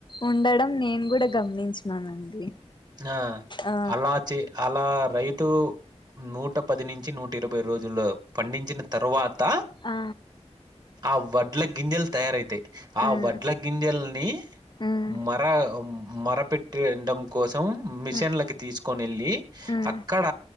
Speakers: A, on the left; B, on the right.
A: ఉండడం నేను కూడా గమనించినానండి
B: ఆ
A: ఆ
B: అలా చే అలా రైతు నూట పది నుంచి నూట ఇరవై రోజులు పండించిన తర్వాత
A: ఆ
B: ఆ వడ్ల గింజెల్ తయారైతయ్ ఆ
A: ఉమ్
B: వడ్ల గింజల్ని
A: ఉమ్
B: మర మర పెట్టి కోసం మిషన్లకి
A: ఉ
B: తీసుకొని వెళ్ళి
A: ఉమ్
B: అక్కడ